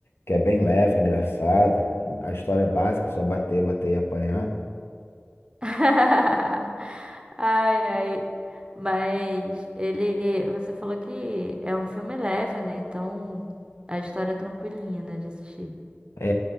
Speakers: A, on the left (about 70°); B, on the right (about 25°).
A: que é bem leve, engraçado. A história é básica, só bater, bater e apanhar.
B: <laughs> Ai, ai. Mas ele, você falou que é um filme leve, né? Então a história é tranquilinha, né, de assistir.
A: É,